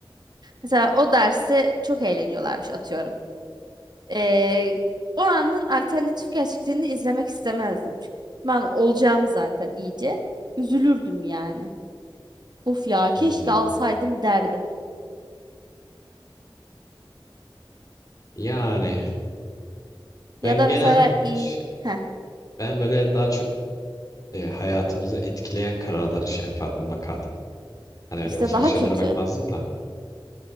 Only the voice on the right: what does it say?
Mesela o dersi çok eğleniyorlarmış atıyorum. E, o anın alternatif gerçekliğini izlemek istemezdim. Çünkü ben olacağım zaten iyice. Üzülürdüm yani. Of ya keşke
alsaydım derdim.
Ya da
mesela iyi.
Heh,
işte
daha
kötü.